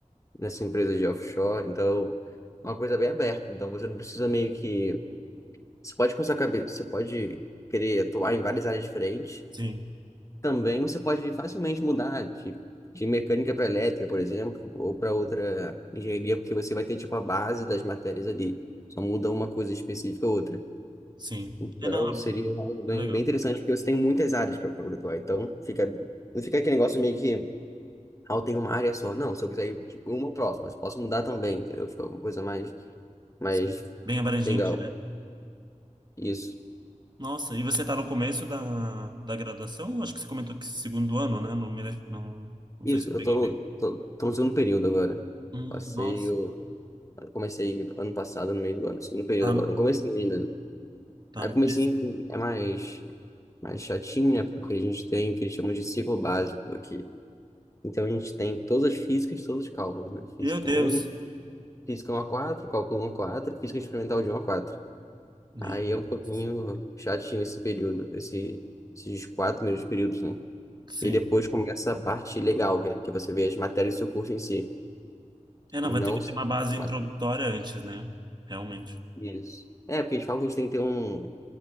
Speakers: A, on the left; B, on the right.
A: nessa empresa de offshore. Então, é uma coisa bem aberta. Então, você não precisa meio que. Você pode com sua cabeça, você pode querer atuar em várias áreas diferentes
B: sim,
A: também você pode facilmente mudar de, de mecânica para elétrica, por exemplo, ou para outra engenharia, porque você vai ter tipo a base das matérias ali. Só muda uma coisa específica ou outra.
B: sim.
A: Então,
B: É, não,
A: seria algo bem,
B: que legal.
A: bem interessante, porque você tem muitas áreas para poder atuar. Então, fica, não fica aquele negócio meio que, ah, eu tenho uma área só. Não, se eu quiser ir tipo, uma ou próxima, mas posso mudar também, entendeu? Fica alguma coisa mais, mais
B: Sim. Bem abrangente,
A: legal.
B: né?
A: Isso.
B: Nossa, e você tá no começo da, da graduação? Acho que você comentou que segundo ano, né? Não, me le- não, não
A: Isso,
B: sei se eu
A: eu
B: peguei
A: tô no,
B: bem.
A: tô, tô no segundo período agora.
B: Hum,
A: Passei
B: nossa,
A: Eu comecei ano passado, no meio do ano, segundo período
B: tá,
A: agora. Não comecei ainda, né?
B: tá
A: Aí
B: no
A: comecei
B: começo.
A: é mais, mais chatinho, né? Porque a gente tem o que eles chamam de ciclo básico aqui. Então a gente tem todas as físicas, todos os cálculos, né? Física
B: Meu Deus.
A: um física 1 a 4, cálculo 1 a 4, física experimental de 1 a 4.
B: Meu
A: Aí
B: Deus.
A: é um pouquinho chatinho esse período, esse, esses quatro primeiros períodos, né?
B: Sim.
A: E depois começa a parte legal, que é que você vê as matérias do seu curso em si,
B: É, não,
A: não
B: vai ter que
A: só
B: ter uma base
A: a matéria.
B: introdutória antes, né? Realmente.
A: Isso. É, porque eles falam que a gente tem que ter um,